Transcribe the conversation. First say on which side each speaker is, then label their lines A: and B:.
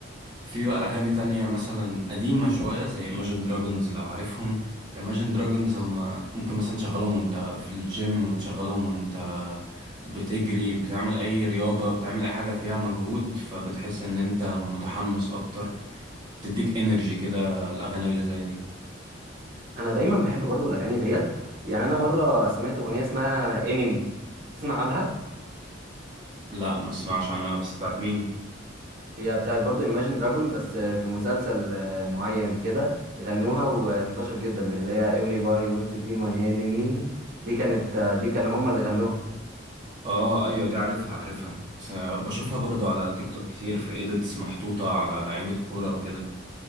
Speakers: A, on the right; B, on the right.
A: في بقى اغاني تانية مثلا قديمة شوية زي Imagine Dragons لو عارفهم Imagine Dragons هما ممكن مثلا تشغلهم وانت في الجيم وتشغلهم وانت بتجري بتعمل اي رياضة بتعمل اي حاجة فيها مجهود فبتحس ان انت متحمس اكتر بتديك انرجي كده الأغاني اللي زي دي
B: انا دايما بحب برضو الاغاني ديت يعني انا مره سمعت اغنيه اسمها انمي تسمع عنها
A: لا ما اسمعش عنها بس بتاعت مين
B: هي بتاعت برضو Imagine دراجون بس آه، في مسلسل آه، معين كده غنوها وانتشر جدا اللي هي everybody wants to be my enemy دي كانت آه، دي كانوا هما اللي غنوها
A: اه ايوه دي عارفها عارفها بس بشوفها برضو على تيك توك كتير في ايديتس محطوطة على لعيبة كورة وكده